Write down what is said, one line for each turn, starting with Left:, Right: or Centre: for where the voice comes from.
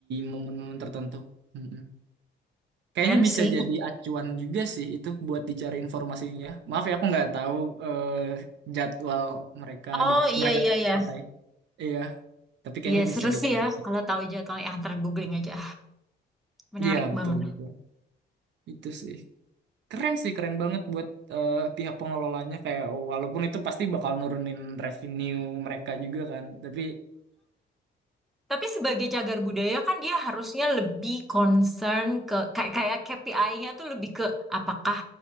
Right: momen-momen tertentu. Mm-mm. Kayaknya
Centre: Keren sih.
Right: bisa jadi acuan juga sih itu buat dicari informasinya. Maaf ya aku nggak tahu eh, jadwal mereka
Centre: Oh
Right: di
Centre: iya
Right: mereka
Centre: iya iya.
Right: pakai. Iya, tapi kayaknya
Centre: Iya seru
Right: bisa dicari.
Centre: sih ya kalau tahu jadwalnya. Ah, ntar googling aja. Menarik
Right: Iya, betul
Centre: banget.
Right: betul. Itu sih. keren sih keren banget buat eh, pihak pengelolanya kayak walaupun itu pasti bakal nurunin revenue mereka juga kan tapi
Centre: Tapi sebagai cagar budaya kan dia harusnya lebih concern ke kayak kayak KPI-nya tuh lebih ke apakah